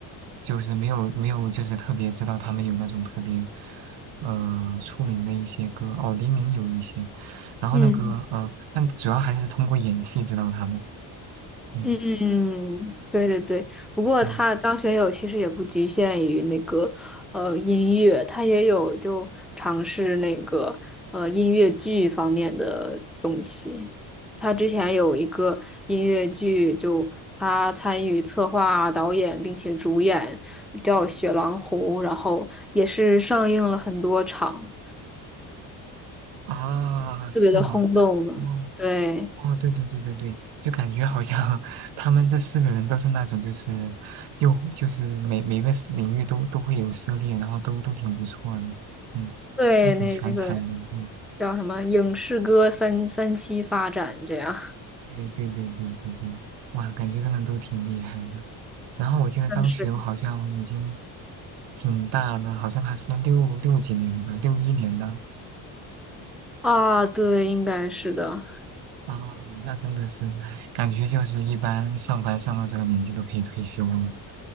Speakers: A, on the right; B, in the centre.
A: 就是没有没有就是特别知道他们有那种特别呃出名的一些歌哦，黎明有一些，然后那个呃，
B: 嗯。
A: 但主要还是通过演戏知道他们，嗯
B: 嗯，对对对，不过他张学友其实也不局限于那个呃音乐，
A: 嗯
B: 他也有就尝试那个呃音乐剧方面的东西。他之前有一个音乐剧，就他参与策划、导演并且主演，叫《雪狼湖》，然后也是上映了很多场，
A: 啊，是吗？
B: 特别的轰动呢。
A: 嗯。
B: 对
A: 哦，对对对对对，就感觉好像 <laughs> 他们这四个人都是那种，就是又就是每每个 s- 领域都都会有涉猎，然后都都挺不错的，嗯，
B: 对，
A: 都挺全才的，
B: 那那个。
A: 嗯，
B: 叫什么影视歌三三期发展这样
A: 对对对对对对，哇，感觉真的都挺厉害的。然后我记得张学友好像已经
B: 但是
A: 挺大的，好像他是六六几年的，六一年的
B: <laughs> 啊？对，应该是的。
A: 啊，那真的是感觉就是一般上班上到这个年纪都可以退休了。